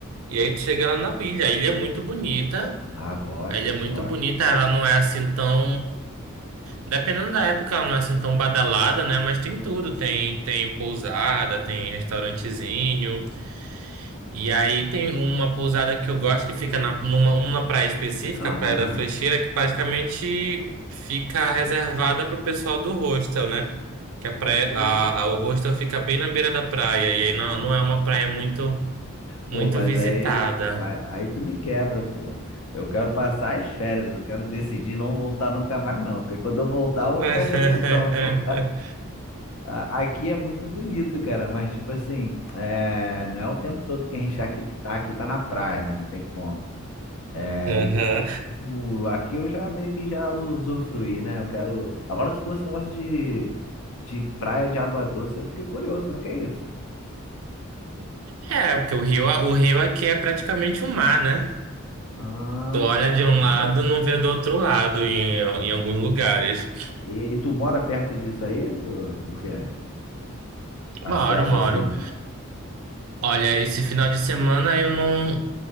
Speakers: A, on the right (about 85°); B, on the left (about 75°).
A: e aí tu chega lá na ilha. A ilha é muito bonita.
B: Ah, gosto,
A: A ilha é muito
B: gosto.
A: bonita, ela não é assim tão. Dependendo da época, ela não é assim tão badalada, né? Mas tem tudo. Tem, tem pousada, tem restaurantezinho. E aí tem uma pousada que eu gosto que fica na, numa, uma praia específica,
B: Aham.
A: a Praia da Flecheira, que praticamente fica reservada pro pessoal do hostel, né? Que a praia,
B: Pô.
A: a, a- o hostel fica bem na beira da praia. E aí não,
B: Ah.
A: não é uma praia muito,
B: Pô,
A: muito
B: mas
A: visitada.
B: aí, pô, aí, aí tu me quebra, pô. Eu quero passar as férias, eu quero decidir não voltar nunca mais, não. Porque quando eu voltar, eu vou
A: <laughs>
B: ficar em depressão, pô. A- Aqui é muito bonito, cara, mas tipo assim, é, não é o tempo todo que a gente tá aqui tá aqui, tá na praia, né? Não tem como. É,
A: Aham.
B: e, tipo, aqui eu já meio que já usufruí, né? Eu quero. Agora, se fosse negócio de, de praia de água doce, eu fiquei curioso, como é que é isso?
A: É, porque o rio, o rio aqui é praticamente um mar, né?
B: Ah,
A: Tu olha
B: caramba.
A: de um lado, não vê do outro lado em, em alguns lugares.
B: E, e tu mora perto disso aí? Do, o quê? Acesso
A: Moro, moro.
B: assim.
A: Olha, esse final de semana eu não.